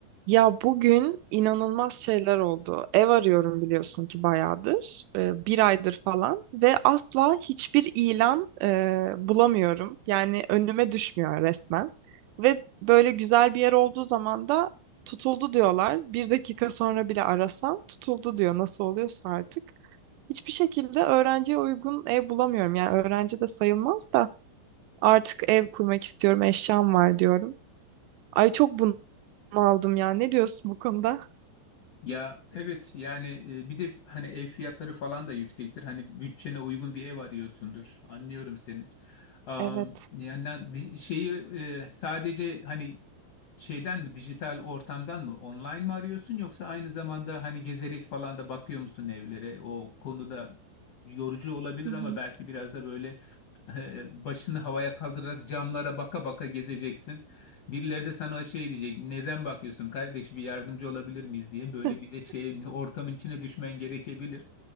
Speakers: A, on the right; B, on the left.
A: Ya bugün inanılmaz şeyler oldu. Ev arıyorum biliyorsun ki bayağıdır, e, bir aydır falan ve asla hiçbir ilan e, bulamıyorum. Yani önüme düşmüyor resmen. Ve böyle güzel bir yer olduğu zaman da tutuldu diyorlar. Bir dakika sonra bile arasam tutuldu diyor. Nasıl oluyorsa artık. Hiçbir şekilde öğrenciye uygun ev bulamıyorum. Yani öğrenci de sayılmaz da artık ev kurmak istiyorum, eşyam var diyorum. Ay çok bunaldım ya. Ne diyorsun bu konuda?
B: Ya evet yani e, bir de hani ev fiyatları falan da yüksektir. Hani bütçene uygun bir ev arıyorsundur. Anlıyorum seni. Am,
A: Evet.
B: yani na- di- şeyi e, sadece hani Şeyden mi, dijital ortamdan mı, online mı arıyorsun yoksa aynı zamanda hani gezerek falan da bakıyor musun evlere? O konuda yorucu olabilir
A: Hı hı.
B: ama belki biraz da böyle <laughs> e, başını havaya kaldırarak camlara baka baka gezeceksin. Birileri de sana şey diyecek, neden bakıyorsun kardeş bir yardımcı olabilir miyiz diye böyle
A: <laughs>
B: bir de şeyin <laughs> ortamın içine düşmen gerekebilir.